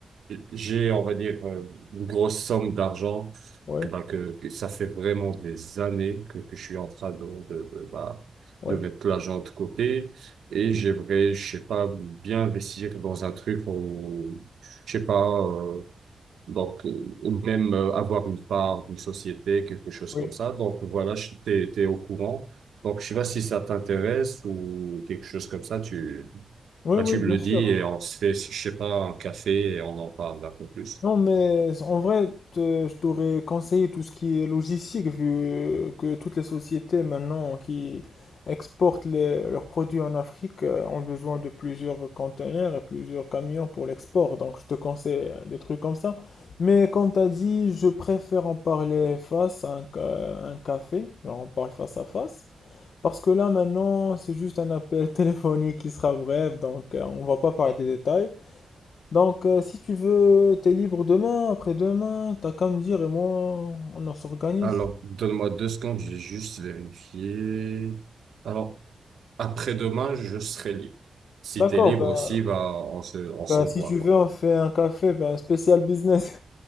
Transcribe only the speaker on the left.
Ouais,
ouais,
oui.
Oui,
oui,
bien
sûr.
Non, mais en vrai, te- je t'aurais conseillé tout ce qui est logistique, vu que toutes les sociétés maintenant qui exportent les- leurs produits en Afrique euh, ont besoin de plusieurs conteneurs et plusieurs camions pour l'export. Donc, je te conseille euh, des trucs comme ça. Mais comme tu as dit, je préfère en parler face à un, ca- un café, genre on parle face à face. Parce que là, maintenant, c'est juste un appel <laughs> téléphonique qui sera bref, donc euh, on va pas parler des détails. Donc, euh, si tu veux, t'es libre demain, après-demain, t'as qu'à me dire et moi, on en s'organise.
D'accord,
ben,
ben,
si tu
veux, on fait un café, ben, spécial business.